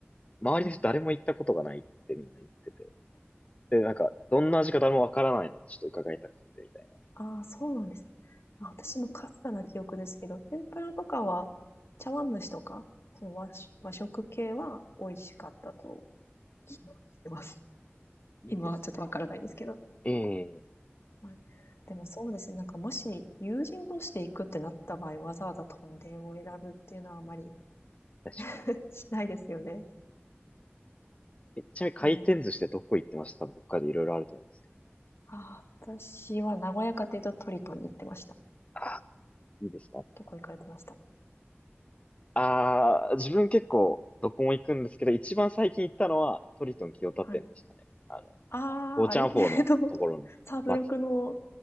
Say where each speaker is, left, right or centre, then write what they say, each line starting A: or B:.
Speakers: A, on the left; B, on the left.
A: 周りの人誰も行ったことがないってみんな言ってて。
B: はい。
A: で、なんか、どんな味か誰もわからないので、ちょっと伺いたくて、みたい
B: ああ、そうなんです。あ私もかすかな記憶ですけど、天ぷらとかは、茶碗蒸しとか、その和食和食系は美味しかったと記憶してます。
A: な。
B: 今はちょっとわからないですけど。
A: いいですね。ええ、
B: はい。でもそうですね、なんかもし友人同士で行くってなった場合、わざわざとんでんを選ぶっていうのはあまり
A: 確か
B: <laughs> しないですよね。
A: に。え、ちなみに回転寿司ってどこ行ってました多分北海道いろいろあると思うんですけど。
B: なんで、ああ、私は名古屋家庭とトリトンに行ってました。
A: ああ、いいですね。
B: どこ行かれてましたか
A: ああ、自分結構どこも行くんですけど、一番最近行ったのはトリトン清田店でしたね。
B: はい。
A: あの、
B: ああ、
A: ゴーチャンフォーのところの松。
B: あれ <laughs> えっと、サブロクの、